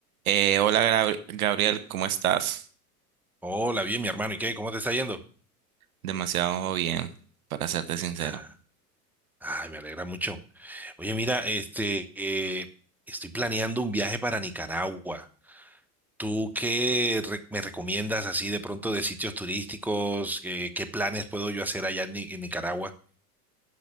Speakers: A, on the right; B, in the centre.
A: Eh, hola Gra- Gabriel, ¿cómo estás?
B: Hola, bien, mi hermano. ¿Y qué? ¿Cómo te está yendo?
A: Demasiado bien, para serte sincero.
B: Ah, Ay, me alegra mucho. Oye, mira, este, eh, estoy planeando un viaje para Nicaragua. ¿Tú qué re- me recomiendas así de pronto de sitios turísticos? Eh, ¿qué planes puedo yo hacer allá en, Ni- en Nicaragua?